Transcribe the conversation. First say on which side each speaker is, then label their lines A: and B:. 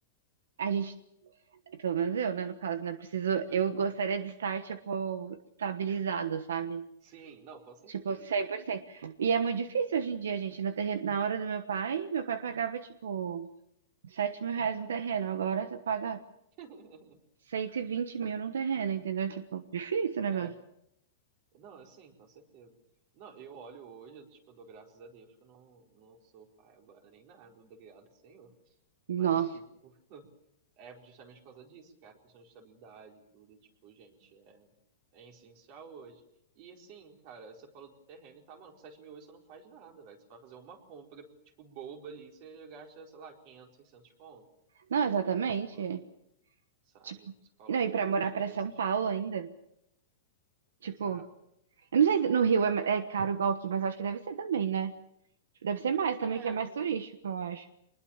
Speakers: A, on the right; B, on the right.
A: a gente, pelo menos eu, né, no caso, né, preciso,
B: Aham.
A: eu gostaria de estar tipo estabilizado, sabe?
B: Sim, não, com certeza.
A: Tipo, cem por cento E é muito difícil hoje em dia, gente. No terreno, na hora do meu pai, meu pai pagava, tipo, 7 mil reais no terreno. Agora você paga
B: <laughs>
A: 120 mil num terreno, entendeu? Tipo, difícil o negócio.
B: é Não, é sim, com certeza. Não, eu olho hoje, eu, tipo, dou graças a Deus que eu não, não sou pai agora nem nada. Obrigado, Senhor.
A: Nossa.
B: Mas, tipo, <laughs> é justamente por causa disso, cara, questão de estabilidade e tudo, tipo, gente, é, é essencial hoje. E assim, cara, você falou do terreno e tá, mano, com sete mil hoje você não faz nada, velho. Você vai fazer uma compra, tipo, boba ali, você gasta, sei lá, 500 600 pontos.
A: Não, exatamente.
B: Então, tipo,
A: é.
B: sabe,
A: Tipo,
B: você coloca
A: não, e pra
B: as outras
A: morar
B: coisas.
A: pra São Paulo ainda. Tipo,
B: Exato.
A: eu não sei se no Rio é, é caro igual aqui, mas eu acho que deve ser também, né? Tipo, deve ser mais também,
B: É,
A: que é mais turístico, eu acho.